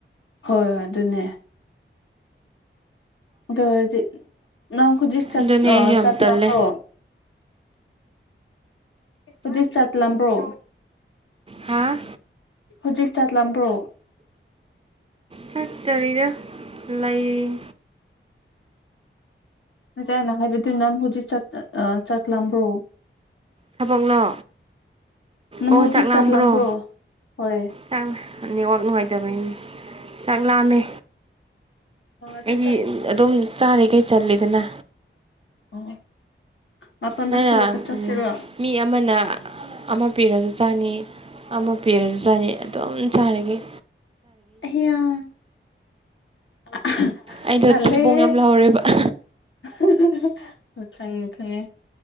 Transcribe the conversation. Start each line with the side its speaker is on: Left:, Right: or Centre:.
Left: ꯍꯣꯏ ꯍꯣꯏ ꯑꯗꯨꯅꯦ ꯑꯗꯨꯑꯣꯏꯔꯗꯤ ꯅꯪ ꯍꯧꯖꯤꯛ ꯆꯠ
Right: ꯑꯗꯨꯅꯦ
Left: ꯑꯥ
Right: ꯑꯩꯁꯨ ꯌꯥꯝ
Left: ꯆꯠꯒꯗꯕ꯭ꯔꯣ꯫
Right: ꯇꯜꯂꯦ
Left: ꯍꯧꯖꯤꯛ ꯆꯥꯛ ꯂꯝꯕ꯭ꯔꯣ
Right: ꯍꯥꯥ
Left: ꯍꯧꯖꯤꯛ ꯆꯥꯛ ꯂꯝꯕ꯭ꯔꯣ
Right: ꯆꯠꯇꯔꯤꯗ ꯂꯩ
Left: ꯅꯠꯇꯦ ꯑꯩꯅ ꯍꯥꯏꯕꯗꯤ ꯅꯪ ꯍꯧꯖꯤꯛ ꯆꯠ ꯑ-ꯑ ꯆꯥꯛ ꯂꯝꯕ꯭ꯔꯣ꯫
Right: ꯊꯕꯛꯂꯣ
Left: ꯅꯪ
Right: ꯑꯣ
Left: ꯍꯧꯖꯤꯛ
Right: ꯂꯥꯝꯕ꯭ꯔꯣ
Left: ꯆꯥꯛ ꯂꯝꯕ꯭ꯔꯣ ꯍꯣꯏ꯫
Right: ꯆꯥꯛ ꯅꯦꯠꯋꯥꯛ ꯅꯨꯡꯉꯥꯏꯇꯕꯩꯅꯤ ꯆꯥꯛ ꯂꯥꯝꯃꯦ꯫
Left: ꯑꯣ ꯑꯗꯨ
Right: ꯑꯩꯗꯤ ꯑꯗꯨꯝ ꯆꯥꯔꯤꯉꯩ ꯆꯜꯂꯤꯗꯅ
Left: ꯑꯣꯋꯣ ꯃꯥꯄꯟꯗ
Right: ꯅꯪꯅ
Left: ꯊꯣꯛꯔꯒ ꯆꯠꯁꯤꯔꯣ꯫
Right: ꯃꯤ ꯑꯃꯅ ꯑꯃ ꯄꯤꯔꯖꯨ ꯆꯥꯅꯤ꯫ ꯑꯃ ꯄꯤꯔꯖꯨ ꯆꯥꯅꯤ ꯑꯗꯨꯝ ꯆꯥꯔꯤꯒꯩ
Left: <unintelligible>
Right: ꯑꯩꯗꯣ
Left: ꯇꯜꯂꯦꯍꯦ
Right: ꯊꯤꯕꯣꯡ ꯌꯝ ꯂꯥꯎꯔꯦꯕ <unintelligible>
Left: <unintelligible> ꯈꯪꯉꯦ ꯈꯪꯉꯦ